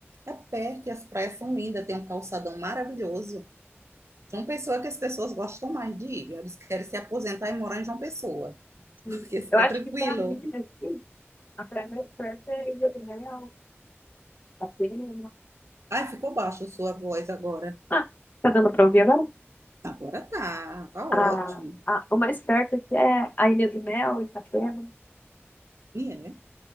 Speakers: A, on the right (about 80°); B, on the left (about 35°).
A: É perto e as praias são lindas, tem um calçadão maravilhoso. João Pessoa é que as pessoas gostam mais de ir. Eles querem se aposentar e morar em João Pessoa, <laughs>
B: Sim.
A: porque
B: Eu
A: é
B: acho
A: tranquilo.
B: que pra mim aqui, a praia mais perto é Ilha do Mel, Atena.
A: Ai, ficou baixo a sua voz agora.
B: Ah, tá dando pra ouvir agora?
A: Agora tá, tá
B: A,
A: ótimo.
B: a, o mais perto aqui é a Ilha do Mel, Itapema,
A: E é,